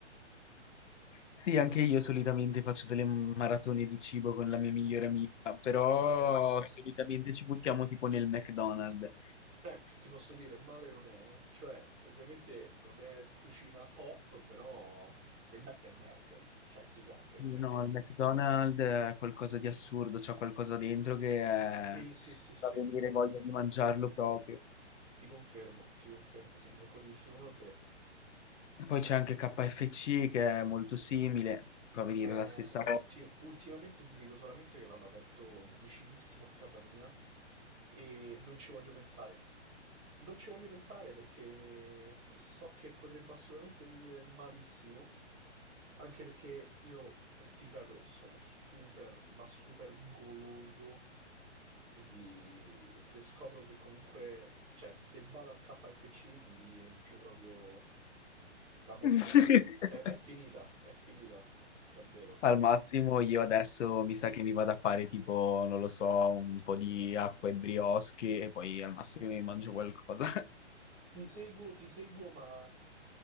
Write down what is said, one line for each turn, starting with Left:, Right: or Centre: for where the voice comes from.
Left: Sì, anche io solitamente faccio delle maratone di cibo con la mia migliore amica, però
Right: Mamma mia.
Left: solitamente ci buttiamo tipo nel McDonald's.
Right: Eh, che ti posso dire, male non è, eh. cioè, ovviamente non è cucina top, però il Mac è il Mac, cioè si sa che
Left: Sì,
Right: il Mac
Left: No,
Right: è il
Left: il
Right: Mac.
Left: McDonald's è qualcosa di assurdo, c'è qualcosa dentro che è-
Right: Sì, sì, sì, sì,
Left: fa venire voglia di mangiarlo proprio.
Right: ti confermo, ti confermo, sono d'accordissimo con te.
Left: Poi c'è anche KFC che è molto simile, fa venire
Right: Eh,
Left: la stessa
Right: ulti-
Left: voglia.
Right: ultimamente ti dico solamente che l'hanno aperto vicinissimo a casa mia e non ci voglio pensare. Non ci voglio pensare perché so che potrebbe assolutamente finire malissimo. Anche perché io, eh, ti ripeto, sono super, ma super goloso, quindi se scopro che comunque, cioè se vado al KFC mi riempio proprio da morire.
Left: <laughs>
Right: È, è finita, è finita, davvero.
Left: Al massimo io adesso mi sa che mi vado a fare tipo, non lo so, un po' di acqua e brioche e poi al massimo mi mangio qualcosa.
Right: Ti seguo, ti seguo, ma